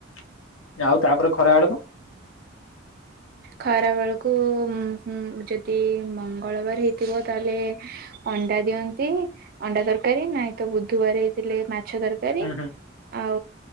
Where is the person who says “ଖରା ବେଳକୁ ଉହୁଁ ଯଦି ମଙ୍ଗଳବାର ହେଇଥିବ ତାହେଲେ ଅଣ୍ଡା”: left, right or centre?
Right